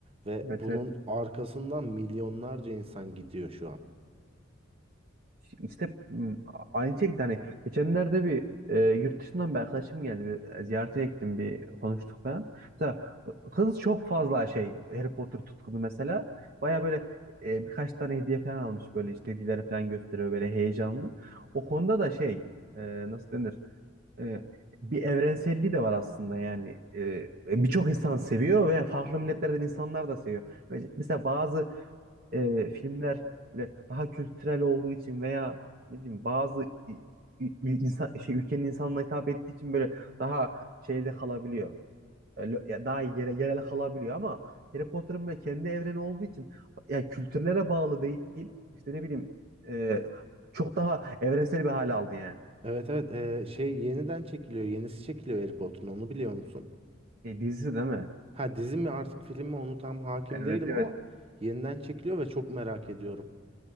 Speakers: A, on the right; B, on the right.
A: ve
B: Evet
A: bunun
B: evet.
A: arkasından milyonlarca insan gidiyor şu an.
B: İşte m, aynı şekilde hani geçenlerde bir e, yurt dışından bir arkadaşım geldi. Bir, e, ziyaretine gittim bir konuştuk falan. Mesela kız çok fazla şey Harry Potter tutkunu mesela. Baya böyle e, birkaç tane hediye falan almış böyle işte hediyeleri falan gösteriyor böyle heyecanlı. O konuda da şey e, nasıl denir? E, bir evrenselliği de var aslında yani. E, e, birçok insan seviyor ve farklı milletlerden insanlar da seviyor. Mesela bazı e, filmler böyle daha kültürel olduğu için veya ne bileyim bazı i- i- insan şey ülkenin insanına hitap ettiği için böyle daha şeyde kalabiliyor. Öyle- ya daha yere, yerel kalabiliyor ama Harry Potter'ın böyle kendi evreni olduğu için ya kültürlere bağlı değil. İşte ne bileyim e, çok daha evrensel bir hale aldı yani.
A: Evet evet e, şey yeniden çekiliyor. Yenisi çekiliyor Harry Potter'ın onu biliyor musun?
B: E, dizisi değil mi?
A: Ha dizi mi artık film mi onu tam hakim
B: Evet
A: değilim
B: evet.
A: ama yeniden çekiliyor ve çok merak ediyorum.